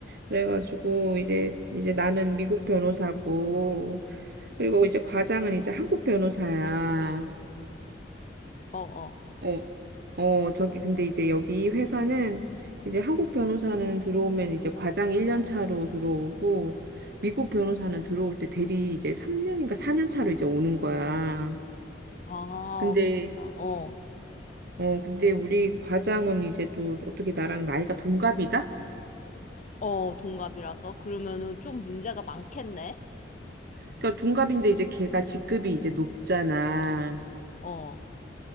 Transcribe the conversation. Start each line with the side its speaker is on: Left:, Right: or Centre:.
Right: 그래가지고, 이제, 이제 나는 미국 변호사고, 그리고 이제 과장은 이제 한국 변호사야.
Left: 어어.
Right: 어, 어, 저기, 근데 이제 여기 이 회사는, 이제 한국 변호사는 들어오면 이제 과장 1년 차로 들어오고, 미국 변호사는 들어올 때 대리 이제 3년인가 4년 차로 이제 오는 거야.
Left: 아,
Right: 근데,
Left: 그렇구나. 어,
Right: 어, 근데 우리 과장은 이제 또 어떻게 나랑 나이가 동갑이다?
Left: 어, 동갑이라서. 그러면은 좀 문제가 많겠네.
Right: 그러니까 동갑인데 이제 걔가 직급이 이제 높잖아.
Left: 어.